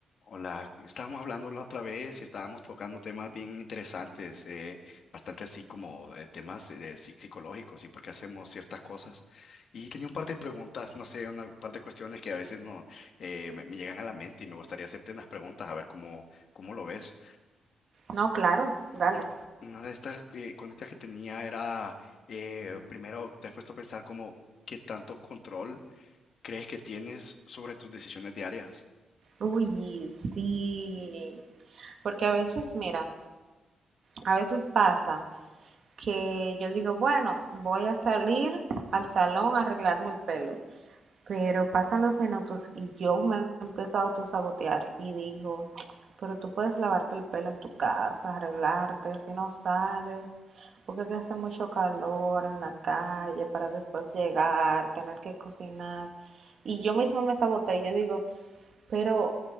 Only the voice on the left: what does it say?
Hola, estábamos hablando la otra vez y estábamos tocando temas bien interesantes, eh, bastante así como eh, temas eh, de psi- psicológicos y por qué hacemos ciertas cosas. Y tenía un par de preguntas, no sé, una, un par de cuestiones que a veces no eh, me, me llegan a la mente y me gustaría hacerte unas preguntas a ver cómo, cómo lo ves.
Mm, Una de estas eh, cuentas que tenía era, eh, primero, te has puesto a pensar como qué tanto control crees que tienes sobre tus decisiones diarias.